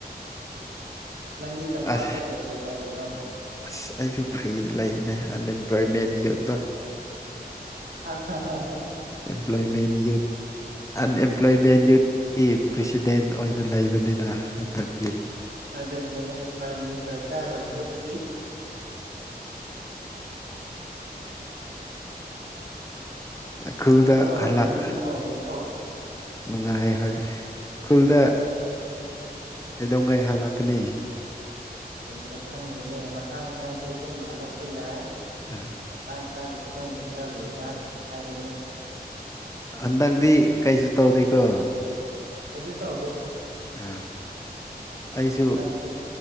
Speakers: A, on the right; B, on the left.
A: ꯅꯪꯒꯤ ꯇꯝꯄꯥꯛꯇ
B: ꯑ
A: ꯀꯩ ꯀꯩ ꯇꯧꯔꯤꯅꯣ
B: ꯑꯁ ꯑꯩꯁꯨ ꯐ꯭ꯔꯤꯗ ꯂꯩꯕꯅꯦ ꯑꯟꯑꯦꯝꯄ꯭ꯂꯣꯏꯃꯦꯟꯒꯤ ꯑꯗ
A: ꯑ
B: ꯄ꯭ꯂꯣꯌꯃꯦꯟ ꯌ ꯑꯟꯑꯝꯄ꯭ꯂꯣꯌꯃꯦꯟ ꯌ ꯄ꯭ꯔꯦꯁꯤꯗꯦꯟ ꯑꯣꯏꯅ ꯂꯩꯕꯅꯤꯅ ꯍꯟꯗꯛꯇꯤ
A: ꯑꯗꯨꯗꯅꯦ ꯑꯩ ꯄ꯭ꯔꯥꯏꯝ ꯃꯤꯅꯤꯁꯇꯔ ꯀꯌꯥꯈ꯭ꯔꯒ ꯑꯗꯨꯗꯤ
B: <inaudible> ꯈꯨꯜꯗ
A: ꯑꯗꯣ
B: ꯍꯜꯂꯛ
A: ꯅꯨꯡꯗꯤ ꯅꯨꯡꯉꯥꯏꯔꯤꯀꯣ
B: ꯅꯨꯡꯉꯥꯏ ꯍꯣꯏ ꯈꯨꯜꯗ ꯀꯩꯗꯧꯉꯩ ꯍꯜꯂꯛꯀꯅꯤ
A: ꯀꯨꯟꯟꯅ ꯈꯪꯗꯦꯅꯦ ꯃꯇꯥꯡ ꯆꯥꯗꯤ ꯑꯗꯨꯝ ꯍꯜꯂꯛꯄ ꯌꯥꯏ
B: ꯑ,
A: ꯃꯇꯥꯡ ꯆꯥꯗꯗꯤ ꯑꯗꯨꯝ ꯈꯔ ꯂꯩꯕ ꯍꯥꯏꯗꯨꯅꯤ
B: ꯍꯟꯗꯪꯗꯤ ꯀꯩꯁꯨ ꯇꯧꯗꯦꯀꯣ
A: ꯇꯁꯦ ꯇ
B: ꯑ ꯑꯩꯁꯨ
A: ꯍꯟꯗꯛꯇꯤ